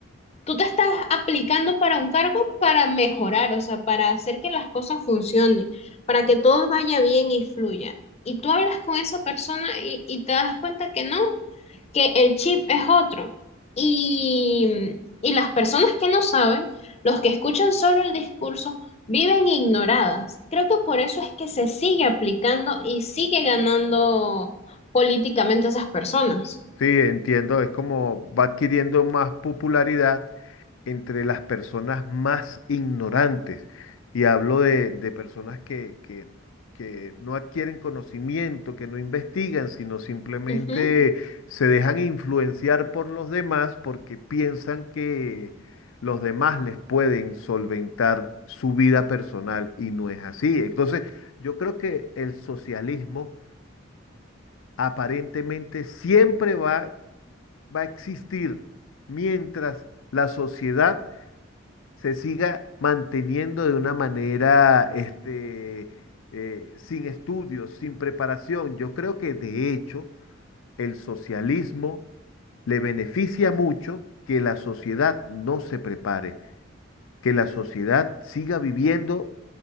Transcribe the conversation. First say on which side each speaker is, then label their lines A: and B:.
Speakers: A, on the left; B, on the left.
A: tú te estás aplicando para un cargo para mejorar, o sea, para hacer que las cosas funcionen, para que todo vaya bien y fluya. Y tú hablas con esa persona y, y te das cuenta que no, que el chip es otro. Y, y las personas que no saben, los que escuchan solo el discurso, viven ignoradas. Creo que por eso es que se sigue aplicando y sigue ganando políticamente esas personas.
B: Sí, entiendo, es como va adquiriendo más popularidad entre las personas más ignorantes. Y hablo de, de personas que, que, que no adquieren conocimiento, que no investigan, sino simplemente
A: Ujú.
B: se dejan influenciar por los demás porque piensan que los demás les pueden solventar su vida personal y no es así. Entonces, yo creo que el socialismo aparentemente siempre va va a existir mientras la sociedad se siga manteniendo de una manera, este, eh, sin estudios, sin preparación. Yo creo que de hecho el socialismo le beneficia mucho que la sociedad no se prepare, que la sociedad siga viviendo